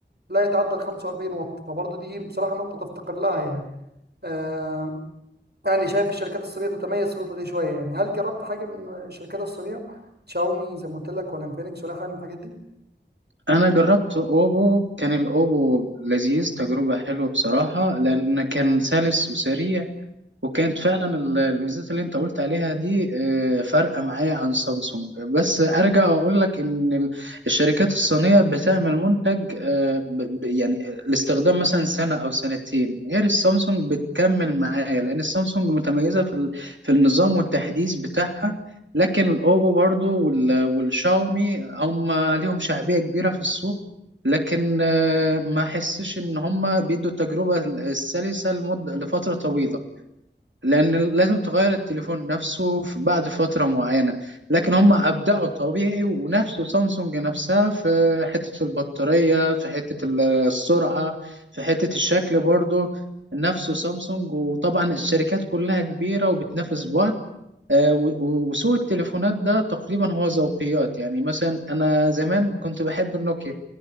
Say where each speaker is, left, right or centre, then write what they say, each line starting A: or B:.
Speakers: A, on the right; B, on the right.
A: لا يتعدى ال 45 واط فبرضه دي بصراحة نقطة تفتقر لها يعني آه يعني شايف الشركات الصينية بتتميز في النقطة دي شوية يعني هل جربت حاجة من الشركات الصينية شاومي زي ما قلت لك ولا انفينكس ولا حاجة من الحاجات
B: انا جربت اوبو كان الاوبو لذيذ تجربه حلوه بصراحه لان كان سلس وسريع وكانت فعلا ال- الميزات اللي انت قلت عليها دي آه، فارقه معايا عن سامسونج بس ارجع واقول لك ان ال- الشركات الصينيه بتعمل منتج آه، ب- ب- يعني لاستخدام مثلا سنه او سنتين غير السامسونج بتكمل معايا لان السامسونج متميزه في ال- في النظام والتحديث بتاعها لكن الاوبو برضو وال- والشاومي هم ليهم شعبيه كبيره في السوق لكن آه، ما احسش ان هم بيدوا التجربه السلسه لمده لفتره طويله لأن لازم تغير التليفون نفسه في- بعد فترة معينة لكن هم أبدعوا طبيعي ونفسه سامسونج نفسها في حتة البطارية في حتة ال- السرعة في حتة الشكل برضه نفسه سامسونج وطبعا الشركات كلها كبيرة وبتنافس بعض آه، و- و- وسوق التليفونات ده تقريبا هو ذوقيات يعني مثلا أنا زمان كنت بحب النوكيا